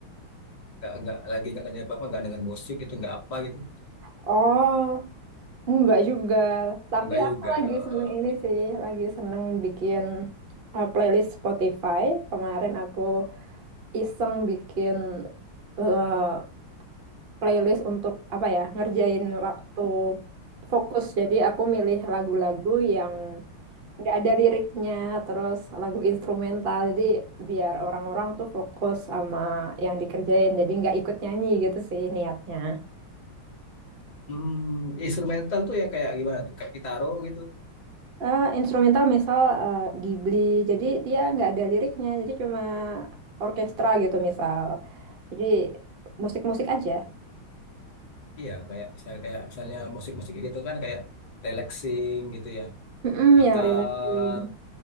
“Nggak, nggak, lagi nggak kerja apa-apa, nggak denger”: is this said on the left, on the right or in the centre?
Left